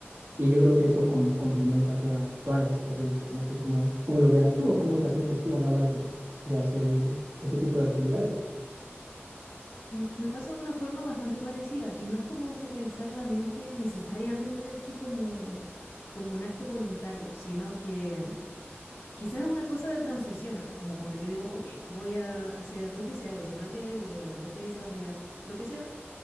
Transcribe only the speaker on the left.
M- Me pasa de una forma bastante parecida y no es como focalizar la mente necesariamente así como, como un acto voluntario, sino que quizás es una cosa de transiciones, como cuando yo digo, ok, voy a hacer lo que sea, voy a hacer ballet, voy a levantar pesas, voy a lo que sea,